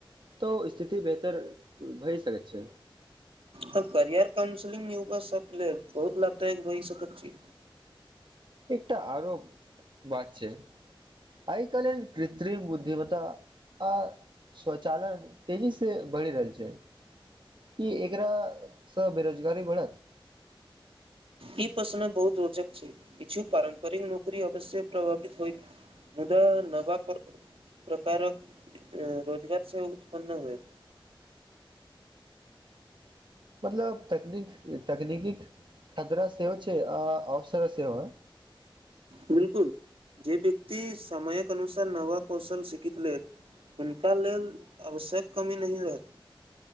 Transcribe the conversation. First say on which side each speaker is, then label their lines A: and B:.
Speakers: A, on the right; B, on the right.
A: तऽ ओ स्थिति बेहतर भए सकैत छ
B: तऽ करियर काउंसलिंग युगा सब लेल बहुत लाभदायक भहि सकैत छ
A: एकटा आरो बात छ आइकाल्हिन कृत्रिम बुद्धिमत्त आ स्वचालन तेजी से बढ़ि रहल छ कि एकरासँ बेरोजगारी बढ़
B: ई प्रशन बहुत रोचक छै किछु पारम्परिक नौकरी अवश्य प्रभावित हो मुदा नव प्रकारक रोजगार से उत्पन्न होए
A: मतलब तकनीक तकनीक खतरा सेहो छै आ अवसर सेहो ह
B: बिलकुल जेे व्यक्ति समामयक अनुसार नव कौशल शिखित ले हुनका लेल आवश्यक कमी नहि रह